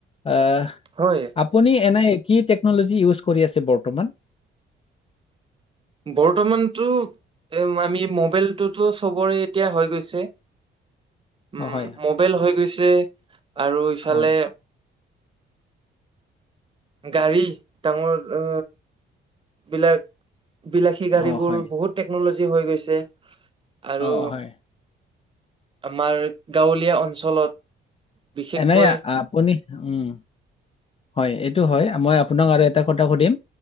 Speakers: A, on the left (about 30°); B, on the right (about 25°).
A: আ
B: হয়।
A: আপুনি এনেই কি টেকনলজি ইউজ কৰি আছে বৰ্তমান?
B: বৰ্তমানতো এ আমি মোবাইলটোতো চবৰে এতিয়া হৈ গৈছে। উম
A: অ' হয়,
B: মোবেল হৈ গৈছে আৰু ইফালে
A: হয়।
B: গাড়ী ডাঙৰ অ বিলাক বিলাক সেই গাড়ীবোৰ
A: অ' হয়,
B: বহুত টেকনলজি হৈ গৈছে আৰু
A: অ' অ' হয়।
B: আমাৰ গাঁৱলীয়া অঞ্চলত বিশেষকৈ
A: এনেই আপুনি উম। হয় এইটো হয়, মই আপোনাক আৰু এটা কথা সুধিম